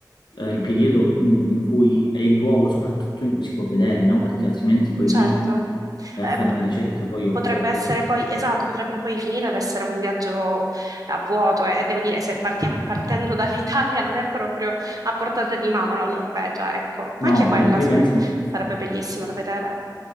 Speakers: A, on the left; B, on the right.
A: eh, il periodo mm, in cui è il luogo soprattutto in cui si può vedere, no? Perché altrimenti poi
B: Certo,
A: lì vai
B: Eh,
A: a fare
B: p-
A: una ricerca poi a
B: potrebbe
A: vuoto.
B: essere poi, esatto, potrebbe poi finire ad essere un viaggio a vuoto eh, e devo dire, se partiam- partendo <laughs> dall'Italia non è proprio a portata di mano la Norvegia, ecco, anche
A: No,
B: quella
A: poi, poi
B: s-
A: pensi
B: sarebbe bellissima da vedere.